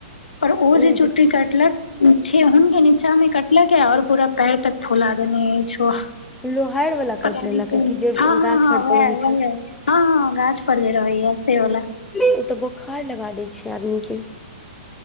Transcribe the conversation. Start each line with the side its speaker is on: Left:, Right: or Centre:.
Left: पर ओ
Centre: उ
Left: जे चुटि कटलक उ ठेहुनके नि नै कटलक है और पूरा पैर तक फुला देने अइछ ओ
Centre: लोहार वाला काटि
Left: पता
Centre: लेलक
Left: नहि कोन
Centre: कि जे
Left: हँ हँ
Centre: गाछ
Left: हँ
Centre: हर
Left: वएह
Centre: पर रहै छै
Left: वह है हँ हँ गाछ पर जै रहै है से वला
Centre: ओ तऽ बोखार लगा दै छै आदमी के